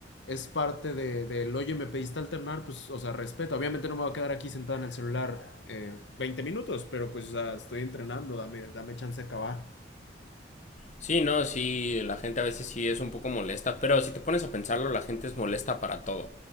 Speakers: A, on the left; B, on the left.
A: es parte de, del, oye, me pediste alternar, pues, o sea, respeto. Obviamente no me voy a quedar aquí sentado en el celular eh, 20 minutos, pero pues, o sea, estoy entrenando, dame, dame chance de acabar.
B: Sí, no, sí, la gente a veces sí es un poco molesta, pero si te pones a pensarlo, la gente es molesta para todo.